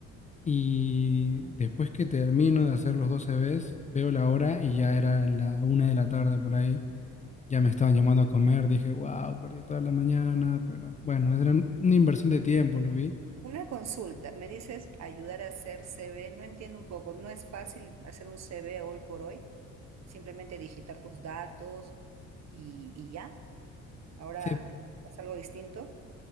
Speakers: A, on the left; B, on the right.
A: Y después que termino de hacer los dos CVs, veo la hora y ya era en la una de la tarde por ahí. Ya me estaban llamando a comer, dije, wow, perdí toda la mañana, pero bueno, era un- una inversión de tiempo, lo vi.
B: Una consulta, me dices ayudar a hacer CV, no entiendo un poco, no es fácil hacer un CV hoy por hoy, simplemente digitar tus datos y, y ya, ahora
A: Se,
B: es algo distinto,